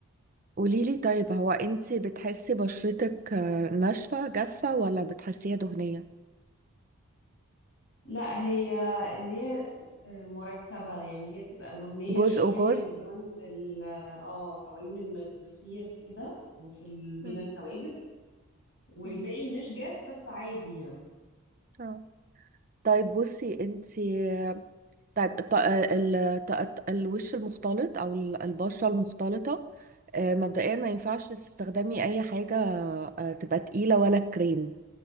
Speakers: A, on the right (about 35°); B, on the left (about 55°).
A: قوليلي طيب هو انتي بتحسي بشرتك آه، ناشفة جافة ولا بتحسيها دهنية
B: لا هي اللي هي آه، مركبة يعني هي بتبقى دهنية
A: جزء
B: شوية
A: وجزء
B: من عند ال اه حوالين المناخير كده وفي ال- بين
A: مم.
B: الحواجب والباقي
A: مم.
B: مش جاف بس عادي يعني
A: اه طيب بصي انتي آه، طيب الط... آه، ال... الط- الط- الوش المختلط او ال- البشرة المختلطة آه، مبدئيا ما ينفعش تستخدمي اي حاجة آه، تبقى تقيلة ولا كريم